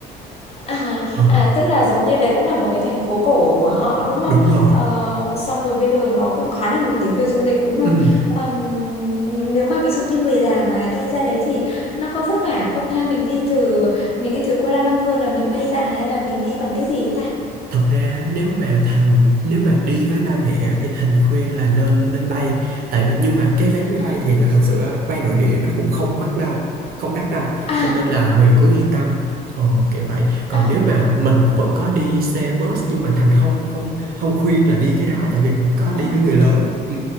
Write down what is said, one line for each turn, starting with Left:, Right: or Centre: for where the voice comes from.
Left: À,
Right: ờ
Left: à tức là giống như đấy cũng là một cái thành phố cổ của họ đúng không?
Right: đúng rồi
Left: Ờ, xong rồi bây giờ nó cũng khá là nổi tiếng về du lịch đúng không?
Right: ừ
Left: Ờm, nếu mà ví dụ như người già mà đi ra đấy thì nó có vất vả không ha? Mình đi từ mình đi từ Kuala Lumpur là mình bay ra hay là mình đi bằng cái gì ta?
Right: thật ra nếu mà Thành nếu mà đi với ba mẹ á, thì Thành khuyên là nên nên bay tại vì nhưng mà cái vé máy
Left: À,
Right: bay thì nó thật sự á, bay nội địa nó cũng không mắc đâu không đắt đâu
Left: à,
Right: cho nên là Huyền cứ yên tâm ờ, kiểu vậy còn
Left: à.
Right: nếu mà mình cũng vẫn có đi xe bus nhưng mà Thành không không không khuyên là đi cái đó tại vì mình có
Left: Ồ.
Right: đi với người lớn ừ,